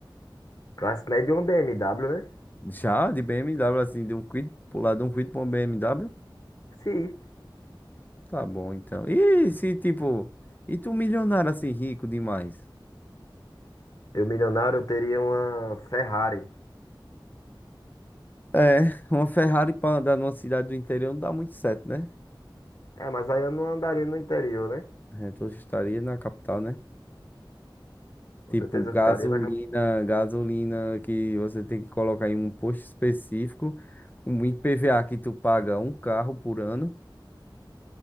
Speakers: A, on the left; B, on the left.
A: Classe média e uma BMW, né?
B: Já de BMW assim, de um quid pular de um quid para um BMW,
A: Sim.
B: tá bom então. E se tipo, e tu milionário assim rico demais?
A: Eu milionário, eu teria uma Ferrari.
B: É, <laughs> uma Ferrari para andar numa cidade do interior não dá muito certo, né?
A: É, mas aí eu não andaria no interior, né?
B: A gente estaria na capital, né?
A: Com
B: Tipo,
A: certeza eu
B: gasolina,
A: ficaria na capital.
B: gasolina que você tem que colocar em um posto específico, um IPVA que tu paga um carro por ano.